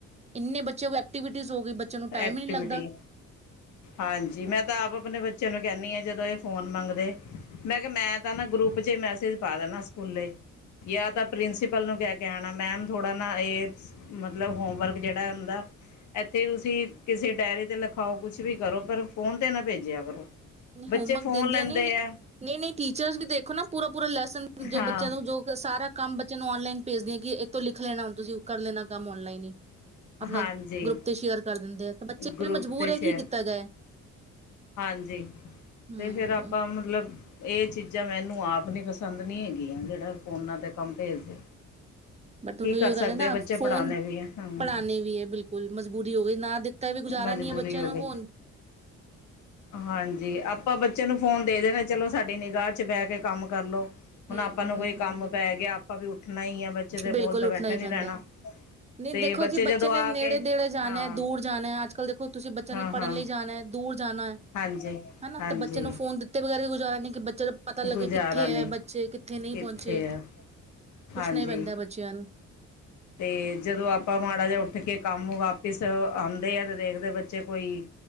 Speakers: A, on the right; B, on the left.
A: ਇੰਨੇ ਬੱਚੇ ਕੋ ਐਕਟੀਵਿਟੀਜ਼ ਹੋ ਗਈ ਬੱਚੇ ਨੂੰ ਟਾਈਮ
B: ਐਕਟੀਵਿਟੀ,
A: ਹੀ ਨਹੀਂ ਲੱਗਦਾ
B: ਹਾਂਜੀ ਮੈਂ ਤਾਂ ਆਪ ਆਪਣੇ ਬੱਚਿਆਂ ਨੂੰ ਕਹਿੰਦੀ ਹਾਂ ਜਦੋਂ ਫੋਨ ਮੰਗਦੇ, ਮੈਂ ਕਿਹਾ ਮੈਂ ਤਾਂ ਨਾ ਗਰੁੱਪ ਚ ਮੈਸੇਜ ਪਾ ਦੇਣਾ ਸਕੂਲੇੇ ਜਾਂ ਤਾਂ ਪ੍ਰਿੰਸੀਪਲ ਨੂੰ ਕਹਿ ਕੇ ਆਣਾ, ਮੈਮ ਥੋੜ੍ਹਾ ਨਾ ਇਹ ਮਤਲਬ ਹੋਮਵਰਕ ਜਿਹੜਾ ਹੁੰਦਾ, ਇੱਥੇ ਤੁ ਸੀਂ ਕਿਸੇ ਡਾਇਰੀ ਤੇ ਲਿਖਾਓ ਕੁਛ ਵੀ ਕਰੋਂ, ਪਰ ਫੋਨ ਤੇ ਨਾ ਭੇਜਿਆਂ ਕਰੋ। ਬੱਚੇ
A: ਹੋਮਵਰਕ
B: ਫ਼ੋਨ
A: ਦਿੰਦੀਆਂ
B: ਲੈਂਦੇ
A: ਨੀ, ਨਹੀਂ
B: ਆ
A: ਨਹੀਂ ਟੀਚਰਸ ਵੀ ਦੇਖੋ ਨਾ ਪੂਰਾ ਪੂਰਾ ਲੈਸਨ ਜੋ
B: ਹਾਂ
A: ਬੱਚਿਆਂ ਨੂੰ, ਜੋ ਸਾਰਾ ਕੰਮ ਬੱਚਿਆਂ ਨੂੰ ਆਨਲਾਈਨ ਭੇਜਦੇ ਹੈਗੀ, ਇਹ ਤੋ ਲਿ ਖ, ਲੈਣਾਂ ਤੁਸੀਂ, ਕਰ ਲੈਂਣਾਂ ਕੰਮ ਔਨਲਾਈਨ ਹੀ। ਆਪਣਾ
B: ਹਾਂਜੀ
A: ਗਰੁੱਪ ਤੇ ਸ਼ੇਅਰ ਕਰ ਦਿੰਦੇ ਆ ਤੇ ਬੱਚੇ
B: ਗਰੁੱਪ
A: ਵੀ ਮਜਬੂਰ
B: 'ਤੇ
A: ਹੈ
B: ਸ਼ੇਅਰ
A: ਕੀ ਕੀਤਾ ਜਾਏ।
B: ਹਾਂਜੀ।
A: ਹਮ
B: ਤੇ ਫੇਰ ਆਪਾਂ ਮਤਲਬ ਇਹ ਚੀਜ਼ਾਂ ਮੈਨੂੰ ਆਪ ਨੀ ਪਸੰਦ ਨਹੀਂ ਹੈਗੀਆਂ ਜਿਹੜਾ ਫੋਨਾਂ ਤੇ ਕੰਮ ਭੇਜਦੇ।
A: ਬਟ ਉਹਨੂੰ
B: ਕੀ ਕਰ
A: ਇਹ
B: ਸਕਦੇ
A: ਗੱਲ ਹੈ ਨਾ
B: ਆ ਬੱਚੇ ਪੜਾਉਣੇ
A: ਫੋਨ
B: ਵੀ ਐ ਹਾਂ ਹੂੰ
A: ਪੜ੍ਹਾਣੇ ਵੀ ਹੈ ਬਿਲਕੁਲ ਮਜਬੂਰੀ ਹੋ ਗਈ ਨਾ ਦਿੱਤਾ ਵੀ ਗੁਜ਼ਾਰਾ
B: ਮਜਬੂਰੀ
A: ਨਹੀਂ ਹੈ ਬੱਚਿਆਂ
B: ਹੋ
A: ਨੂੰ
B: ਗਈ
A: ਫੋਨ
B: ਹਾਂਜੀ ਆਪਾਂ ਬੱਚੇ ਨੂੰ ਫੋਨ ਦੇ ਦੇਣਾ। ਚਲੋ ਸਾਡੀ ਨਿਗਾਹ ਚ ਬਹਿ ਕੇ ਕੰਮ ਕਰਲੋ। ਹੁਣ
A: ਹਮ
B: ਆਪਾਂ
A: ਹਮ
B: ਨੂੰ ਕੋਈ
A: ਹਮ
B: ਕੰਮ
A: ਹਮ ਹਮ
B: ਪੈ ਗਿਆ। ਆਪਾਂ ਵੀ ਉੱਠਣਾ ਹੀ ਆ। ਬੱਚੇ ਦੇ
A: ਬਿਲਕੁਲ
B: ਕੋਲ ਤਾਂ
A: ਉੱਠਣਾ
B: ਬੈਠੇ
A: ਹੀ
B: ਨੀ
A: ਪੈਂਦਾ
B: ਰਹਿਣਾ
A: ਨਹੀਂ
B: ਤੇ
A: ਦੇਖੋ ਜੀ ਬੱਚੇ
B: ਜਦੋਂ
A: ਨੇ
B: ਆ
A: ਨੇੜੇ
B: ਕੇ
A: ਨੇੜੇ ਜਾਣਾ
B: ਹਾਂ
A: ਦੂਰ ਜਾਣਾ ਅੱਜ ਕੱਲ ਦੇਖੋ ਤੁਸੀਂ ਬੱਚਿਆਂ
B: ਹਾਂ
A: ਨੂੰ ਪੜ੍ਹਨ
B: ਹਾਂ
A: ਲਈ ਜਾਣਾ ਦੂਰ ਜਾਣਾ
B: ਹਾਂਜੀ
A: ਹਨਾ
B: ਹਾਂਜੀ
A: ਤੇ ਬੱਚੇ ਨੂੰ ਫੋਨ ਦਿੱਤੇ ਵਗੈਰੇ ਵੀ ਕ ਕਿ ਬੱਚੇ ਦਾ ਪਤਾ ਲੱਗੇ
B: ਗੁਜ਼ਾਰਾ
A: ਕਿੱਥੇ
B: ਨੀ
A: ਐ ਬੱਚੇ ਕਿੱਥੇ ਨਹੀਂ
B: ਕਿੱਥੇ
A: ਪਹੁੰਚੇ।
B: ਆ
A: ਪੁੱਛਣਾ
B: ਹਾਂਜੀ
A: ਹੀ ਪੈਂਦਾ ਬੱਚਿਆਂ ਨੂੰ
B: ਤੇ ਜਦੋਂ ਆਪਾਂ ਮਾੜਾ ਜਿਹਾ ਉੱਠ ਕੇ ਕੰਮ ਇਸ ਆਂਦੇ ਆ ਤੇ ਦੇਖਦੇ ਬੱਚੇ। ਕੋਈ